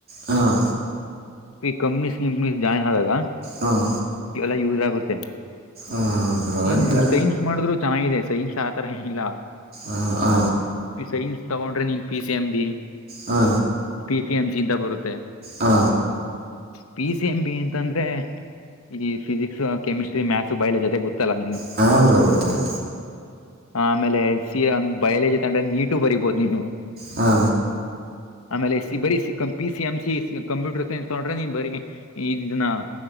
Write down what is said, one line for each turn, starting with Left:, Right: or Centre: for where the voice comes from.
Right: ಹಾಂ.
Left: ಕ ಕಂಪ್ನಸ್ ಗಿಪನಿಸ್ ಜೈನ್ ಆದಾಗ.
Right: ಹಾಂ.
Left: ಇವೆಲ್ಲ ಯೂಸ್ ಆಗುತ್ತೆ
Right: ಹಾಂ ಬ್ರೋ
Left: ಇನ್
Right: ಅಂದರೆ
Left: ಸೈನ್ಸ್ ಮಾಡಿದ್ರು. ಚನ್ನಾಗಿದೆ ಸೈನ್ಸ ಆ ತರ ಏನಿಲ್ಲ.
Right: ಅಂ ಹಾ.
Left: ಸೈನ್ಸ್ ತಗೊಂಡ್ರೆ ನೀನ್ ಪಿ ಸಿ ಎಂ ಬಿ
Right: ಹಾ
Left: ಪಿ ಸಿ ಎಮ್ ಜಿ ಯಿಂದ ಬರುತ್ತೆ
Right: ಹಾ
Left: ಪಿ ಸಿ ಎಂ ಬಿ ಅಂತಂದ್ರೆ ಈ ಫಿಸಿಕ್ಸ್ ಕೆಮಿಸ್ಟ್ರಿ ಮ್ಯಾಥಸ್ ಬಯಲಾಜಿ ಜೊತೆ ಗೊತ್ತಲ್ಲ ನಿಮ್ಗೆ
Right: ಸಾ ಬ್ರೋ ಗೊತ್ತದ
Left: ಆಮೇಲೆ ಸಿ ಬಯಲೋಜಿ ತಗೊಂಡ್ರೆ ನೀಟು ಬರಿಬೋದು ನೀವು
Right: ಹಾ
Left: ಆಮೇಲೆ ಬರೀ C P C M C computer science ತಗೊಂಡ್ರೆ ನೀನ್ ಬರೀ ಇದನ್ನ